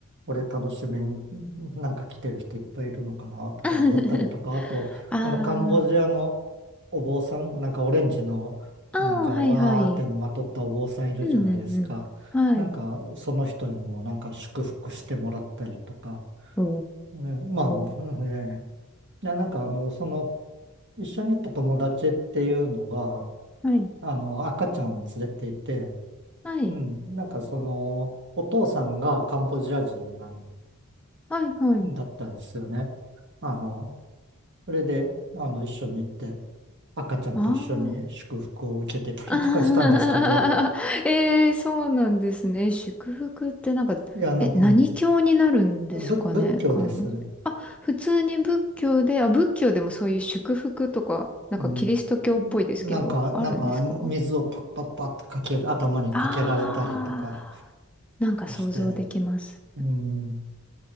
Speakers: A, on the right; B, in the centre.
A: これ楽しみに、なんか来てる人いっぱいいるのかなとか思ったりとか、
B: <laughs>
A: あと、
B: あー
A: あの、カンボジアのお坊さん、なんかオレンジの、
B: あー、
A: なんかわーってのまとったお坊さんいるじゃないですか。
B: はいはい。うんうんうん。はい。
A: なんか、その人にもなんか祝福してもらったりとか、
B: お
A: うんまあ、うんえー
B: ー。
A: ななんかあの、その、一緒に行った友達っていうのが、
B: はい。
A: あの、赤ちゃん連れていて、
B: はい。
A: うん、なんかその、お父さんがカンボジア人なん
B: はいはい。
A: だったんですよね。あの、それで、あの、一緒に行って、赤ちゃんと一緒に祝福を受けてたりとかしたんですけど、
B: ああ、あー <laughs> えー、そうなんですね。祝福ってなんか、
A: いや、なんか、
B: え、何教になるんですかね、
A: うん仏、仏教ですね。
B: 漢字。あ、普通に仏教で、あ、仏教でもそういう祝福とか、なんかキリスト教っぽいですけど、
A: うん。なんか、
B: あるんですか
A: なんか、水をパッパッパッとかける、頭にかけられたりとか
B: ああー、なんか想像できます。
A: して、うん、